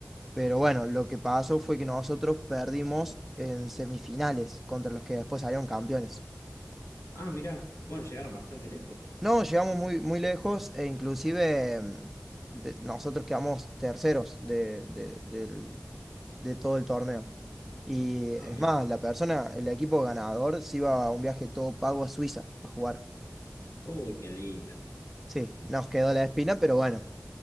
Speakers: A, in the centre; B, on the left.
A: Pero bueno, lo que pasó fue que nosotros perdimos en semifinales contra los que después salieron campeones.
B: Ah, mirá, bueno, llegaron bastante lejos.
A: No, llegamos muy, muy lejos e inclusive mm, de- nosotros quedamos terceros de, de- del- de todo el torneo. Y es
B: Ah, mirá.
A: más, la persona, el equipo ganador se iba a un viaje todo pago a Suiza a jugar.
B: Uy, qué linda.
A: Sí, nos quedó la espina, pero bueno,